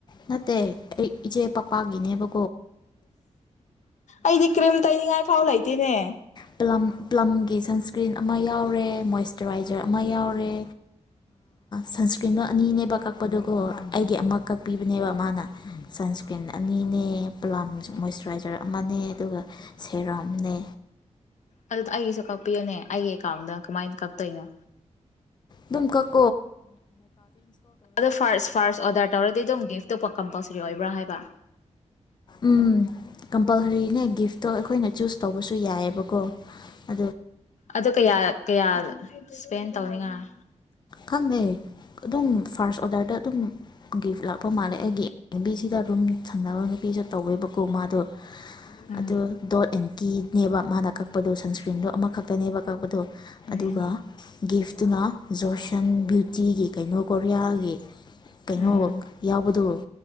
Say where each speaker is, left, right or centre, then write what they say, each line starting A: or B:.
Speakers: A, on the left; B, on the left.
A: ꯅꯠꯇꯦ ꯑꯩ ꯏꯆꯦ ꯄꯄꯥꯒꯤꯅꯦꯕ
B: ꯑꯩꯗꯤ ꯀ꯭ꯔꯤꯝ ꯇꯩꯅꯤꯡꯉꯥꯏ ꯐꯥꯎ ꯂꯩꯇꯦꯅꯦ
A: ꯄꯂꯝ ꯄꯂꯝꯒꯤ ꯁꯟꯁꯀ꯭ꯔꯤꯟ ꯑꯃ ꯌꯥꯎꯔꯦ ꯃꯣꯏꯆꯨꯔꯥꯏꯖꯔ ꯑꯃ ꯌꯥꯎꯔꯦ ꯁꯟꯁꯀ꯭ꯔꯤꯟꯗꯣ ꯑꯅꯤꯅꯦꯕ ꯀꯛꯄꯗꯨꯒꯣ ꯑꯩꯒꯤ ꯑꯃ ꯀꯛꯄꯤꯕꯅꯦꯕ ꯃꯥꯅ ꯁꯟꯁꯀ꯭ꯔꯤꯟ ꯑꯅꯤꯅꯦ ꯄꯂꯝꯥꯟ ꯃꯣꯏꯆꯨꯔꯥꯏꯖꯔ ꯑꯃꯅꯦ ꯑꯗꯨꯒ ꯁꯦꯔꯝꯅꯦ
B: ꯑꯗꯨꯗ ꯑꯩꯒꯤꯁꯨ ꯀꯛꯄꯤꯌꯨꯅꯦ ꯑꯩꯒꯤ ꯑꯦꯀꯥꯎꯗ ꯀꯃꯥꯏꯅ ꯀꯛꯇꯣꯏꯅꯣ
A: ꯅꯪ ꯀꯛ
B: ꯐꯁ ꯐꯥꯁ ꯑꯣꯗꯔ ꯇꯔꯗ ꯒꯤꯐ ꯑꯇꯣꯞꯄ ꯀꯝꯄꯜꯁꯔꯤ ꯑꯣꯏꯕ꯭ꯔꯥ ꯍꯥꯏꯕ
A: ꯎꯝ ꯀꯝꯄꯜꯁꯔꯤꯅꯦ ꯒꯤꯐꯇꯣ ꯑꯩꯈꯣꯏꯅ ꯆꯨꯁ ꯇꯧꯕꯁꯨ ꯌꯥꯏꯑꯕꯀꯣ ꯑ
B: ꯑꯗꯨ ꯀꯌꯥ ꯀꯌꯥ ꯏꯁꯄꯦꯟ ꯇꯧꯅꯤꯉꯥꯏ
A: ꯈꯪꯗꯩ ꯑꯗꯨꯝ ꯐꯥꯔꯁ ꯑꯣꯗꯔꯗ ꯑꯗꯨꯝ ꯒꯤꯐ ꯂꯥꯛꯄ ꯃꯥꯂꯦꯒꯤ ꯕꯤꯖ ꯁꯤꯗ ꯑꯗꯨꯨꯝ ꯁꯪꯅꯕ ꯅꯨꯄꯤꯁꯨ ꯇꯧꯋꯦꯕꯀꯣ ꯃꯥꯗꯣ
B: ꯎꯝ
A: ꯑꯗꯨ ꯗꯣꯠ ꯏꯟ ꯀꯤꯅꯦꯕ ꯃꯥꯅ ꯀꯛꯄꯗꯣ ꯁꯟꯁꯀ꯭ꯔꯤꯟꯗꯣ ꯑꯃꯈꯛꯇꯅꯦꯕ ꯀꯛꯄꯗꯣ
B: ꯎꯝ
A: ꯑꯗꯨꯒ ꯒꯤꯐ ꯏꯗꯨꯅꯥ ꯖꯣꯁ ꯕꯌꯨꯇꯤꯒꯤ ꯀꯩꯅꯣ ꯀꯣꯔꯤꯌꯥꯒꯤ ꯀꯩꯅꯣ
B: ꯎꯝ
A: ꯌꯥꯎꯕꯗꯨ